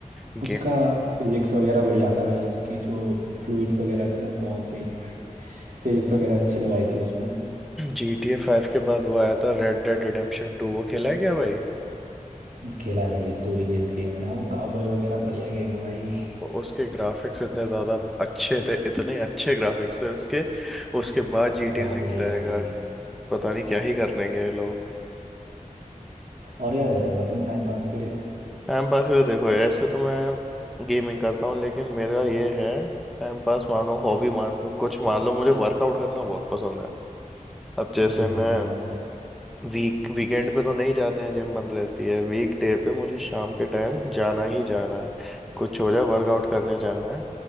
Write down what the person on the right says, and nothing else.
उसका फिजिक्स वगैरह बढ़िया था भाई उसकी जो फ्लूइड्स वगैरह थी ना बहुत सही थी भाई फिजिक्स वगैरह अच्छी लगाई थी उसमें
खेला है भाई स्टोरी बेस्ड गेम है ना वो काउबॉय वगैरह बढ़िया गेम है भाई
बहुत
बढ़िया
भाई
और क्या करते हो भाई तुम टाइम पास के लिए
अरे
भाई बढ़िया